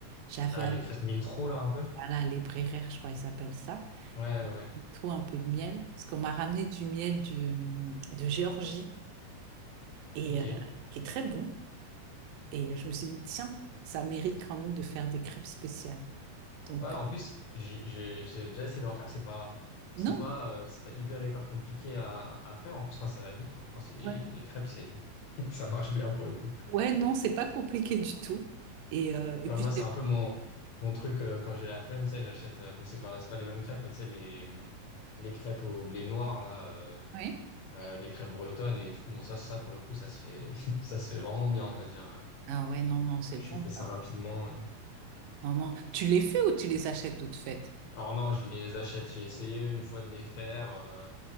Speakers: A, on the right; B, on the left.
A: J'avais,
B: Ah,
A: ad-
B: les crêpes mille trous là, un peu.
A: voilà, les bréhères, je crois qu'ils appellent ça.
B: Ouais, ouais.
A: trop un peu de miel, parce qu'on m'a ramené du miel du- de Géorgie, et
B: Ok.
A: euh, qui est très bon. Et euh, je me suis dit, tiens, ça mérite quand même de faire des crêpes spéciales. Donc
B: Ouais,
A: peut-être...
B: en plus, j'ai j'ai- j'ai déjà essayé d'en faire. C'est pas, c'est
A: Non,
B: pas, euh, c'est pas hyper, hyper compliqué à, à faire. En plus, enfin, ça va vite, quoi. Enfin, c'est des,
A: ouais,
B: les crêpes, c'est, <laughs> ça marche bien pour le coup.
A: ouais, non, c'est pas compliqué du tout. Et, euh, et
B: Ouais,
A: puis,
B: moi, c'est
A: c'est-
B: un peu mon, mon truc, euh, quand j'ai la flemme, tu sais, j'achète, euh, bon, c'est pas, c'est pas les mêmes crêpes, mais tu sais, les, les crêpes au blé noir, là, euh,
A: ouais.
B: euh, les crêpes bretonnes. Et du coup, bon, ça, ça, pour le coup, ça se fait, <laughs> ça se fait vraiment bien, on va dire. euh.
A: Ah ouais, non, non, c'est
B: Je
A: bon
B: fais
A: ça.
B: ça rapidement. euh.
A: Non, non. Tu les fais ou tu les achètes toutes faites?
B: Alors non, je les achète. J'ai essayé une fois de les faire. euh,